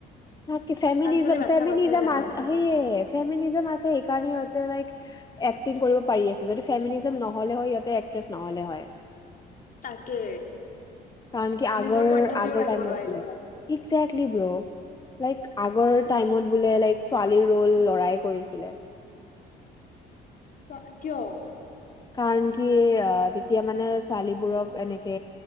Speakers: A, on the left; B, on the left.
A: তাকে ফেমিনিজম-
B: আজিকালি বাচ্ছা
A: ফেমিনিজম
B: বাচ্ছাই জানে
A: আছে সেয়ে ফেমনিজম আছে, সেই কাৰণ সিহঁতে লাইক এক্টিং কৰিব পাৰি আছে যদি ফেমিলিজম নহ'লে হয় সিহঁতে এক্ট্ৰেছ নহ'লে হয়।
B: তাকে।
A: কাৰণ কি আগৰ-
B: নিজৰ পইন্ট অফ
A: আগৰ
B: ভিউ ৰাখিব
A: টাইমত
B: নোৱাৰিলে
A: বোলে
B: হয়।
A: ইকজেক্লি ব্ৰ',। লাইক আগৰ টাইমত বোলে লাইক ছোৱালীৰ ৰ'ল ল'ৰাই কৰিছিলে।
B: চ' কিয়?
A: কাৰণ কি অ', তেতিয়া মানে ছোৱালীবোৰক এনেকে